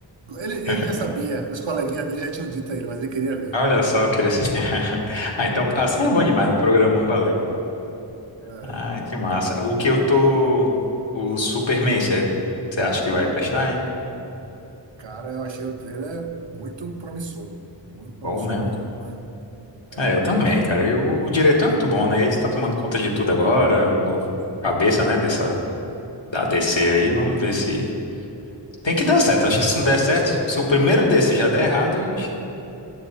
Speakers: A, on the right; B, on the left.
A: Ele,
B: <laughs>
A: ele já sabia, os coleguinhas dele já tinham dito a ele, mas ele queria ver.
B: Olha só, queria assistir. <laughs> Ah, então, assim é bom demais, né? o programão valeu.
A: É.
B: Ah, que massa. O que eu tô... O Superman, você você acha que vai prestar, hein?
A: O Cara, eu achei o trailer muito promissor, muito
B: Bom,
A: promissor
B: né?
A: mesmo. É,
B: É, eu também, cara. E o, o diretor é muito bom, né? Ele tá tomando conta de tudo agora, o novo cabeça, né, dessa...
A: é,
B: da DC aí. Vamos ver se... Tem que dar certo.
A: eu
B: Acho que se
A: tô,
B: não der certo, se o primeiro desse já der errado,